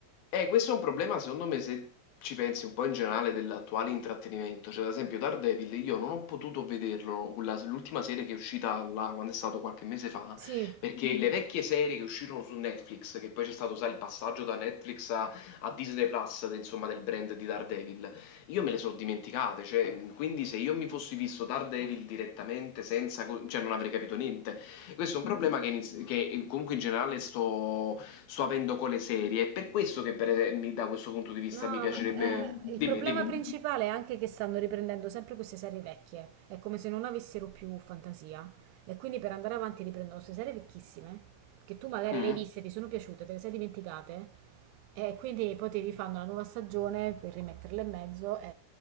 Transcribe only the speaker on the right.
Sì,
No,
ma, eh, il
problema
principale è anche che stanno riprendendo sempre queste serie vecchie. È come se non avessero più fantasia. E quindi per andare avanti riprendono queste serie vecchissime, che tu magari
le hai viste, ti sono piaciute, te le sei dimenticate. E quindi poi ti rifanno la nuova stagione per rimetterle in mezzo. E...